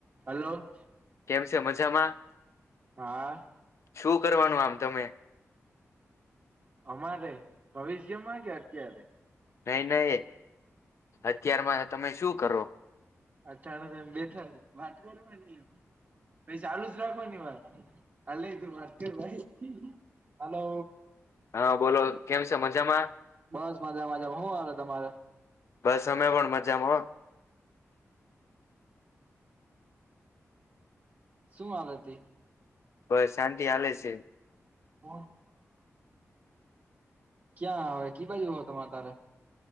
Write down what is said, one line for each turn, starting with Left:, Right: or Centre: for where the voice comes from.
Right: Hello.
Left: કેમ છે મઝમાં?
Right: હા.
Left: છું કરવાનું આમ તમે?
Right: અમારે ભવિષ્યમાં કે અત્યારે?
Left: નઈ નઈ, અત્યારમાં તમે શું કરો?
Right: અતાને ત આમ બેઠા છે વાત કરવાની, એમ ચાલુ જ રાખવાની વાત. અલની તું વાત કર ભાઈ, હાલો.
Left: હા બોલો કેમ છે મજામાં?
Right: બસ મજામાંજામાં હું આવે તમારે?
Left: બસ અમે પણ મજામાં હ.
Right: શું આવે તી?
Left: બસ શાંતિ આલે છે.
Right: હ ક્યાં આવે કી બાજુ હો તમે તારે?